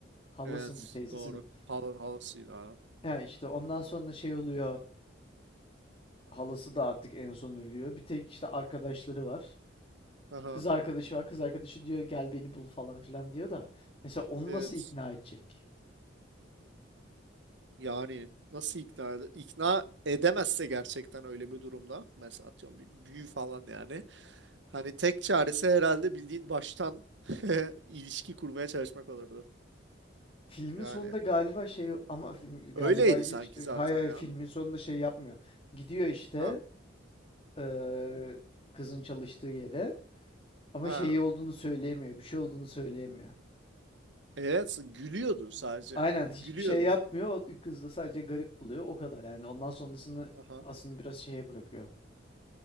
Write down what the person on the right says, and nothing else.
evet
doğru.
Hal halısıydı ha.
Aha,
evet.
Yani nasıl ikna ede- ikna edemezse gerçekten öyle bir durumda mesela atıyorum bir büyü falan yani. Hani tek çaresi herhalde bildiğin baştan <laughs> ilişki kurmaya çalışmak olurdu.
Yani
öyleydi
sanki
zaten
ya.
Ha
ha.
Evet gülüyordu sadece.
Gülüyordu.
Aha.